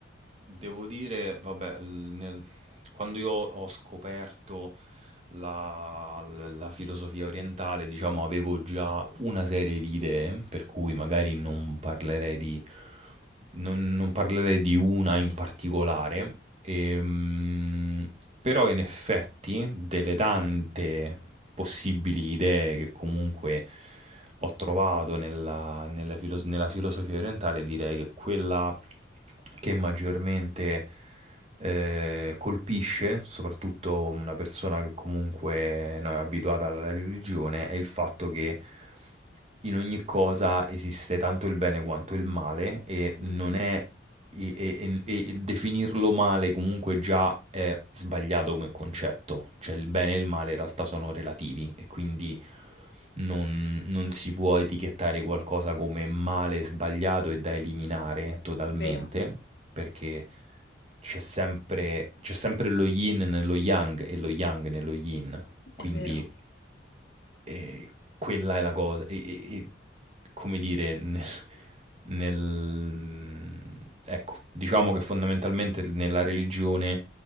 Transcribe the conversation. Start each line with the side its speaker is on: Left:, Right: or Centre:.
Right: devo dire, vabbè, l- nel- quando io ho scoperto la, la filosofia orientale, diciamo, avevo già una serie di idee, per cui magari non parlerei di, non, non parlerei di una in particolare, ehm, però in effetti delle tante possibili idee che comunque ho trovato nella, nella filo- nella filosofia orientale, direi che quella che maggiormente eh, colpisce soprattutto una persona che comunque no, è abituata alla religione è il fatto che in ogni cosa esiste tanto il bene quanto il male e non
Left: Mhm,
Right: è e, e- e- e definirlo male comunque già è sbagliato come concetto, cioè il bene e il male in realtà sono relativi e quindi non, non si può etichettare qualcosa come male sbagliato e da eliminare totalmente,
Left: È Vero,
Right: perché c'è sempre, c'è sempre lo yin nello yang e lo yang nello yin. Quindi
Left: è vero.
Right: eh, quella è la cosa. E, e- e, come dire, nel, nel- Ecco, diciamo che fondamentalmente nella religione